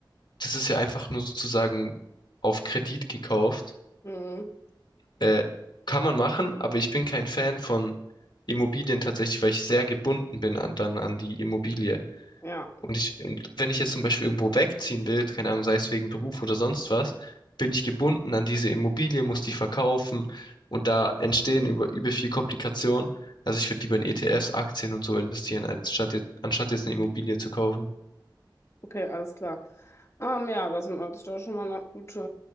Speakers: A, on the left; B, on the left.
A: Das ist ja einfach nur sozusagen auf Kredit gekauft.
B: Mhm.
A: Äh, kann man machen, aber ich bin kein Fan von Immobilien tatsächlich, weil ich sehr gebunden bin an, dann an die Immobilie.
B: Ja,
A: Und ich, und wenn ich jetzt zum Beispiel irgendwo wegziehen will, keine Ahnung, sei es wegen Beruf oder sonst was, bin ich gebunden an diese Immobilie, muss die verkaufen und da entstehen über, über viel Komplikationen. Also ich würde lieber in ETFs, Aktien und so investieren, als statt jetzt, anstatt jetzt eine Immobilie zu kaufen.
B: okay, alles klar. Ähm, ja, das hört sich doch schon mal nach guter,